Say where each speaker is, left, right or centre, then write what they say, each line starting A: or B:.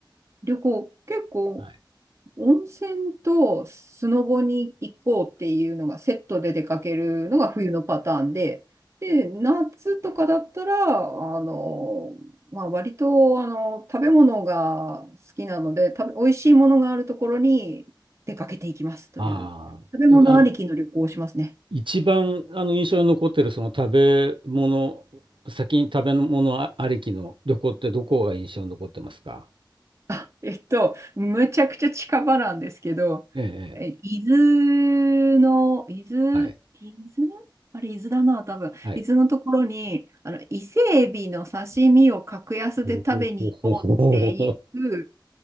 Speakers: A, on the right; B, on the right.
A: 旅行、結構
B: はい。
A: 温泉とスノボに行こうっていうのがセットで出かけるのが冬のパターンで、で、夏とかだったら、あの、まあ、割と、あの、食べ物が好きなので、食べ、美味しいものがあるところに出かけていきますという、
B: ああ、
A: 食べ物ありきの旅行をしますね。
B: あの、一番あの印象に残ってるその食べ物、先に食べ物あありきの旅行ってどこが印象に残ってますか
A: <laughs> あ、えっと、むちゃくちゃ近場なんですけど、
B: ええ、
A: え、
B: ええ
A: 伊豆の、伊豆、
B: はい、
A: 伊豆あれ、伊豆だな、多分。
B: はい。
A: 伊豆のところに、あの、伊勢エビの刺身を格安で食べに行こうっていう、
B: <laughs> ほほほほほほ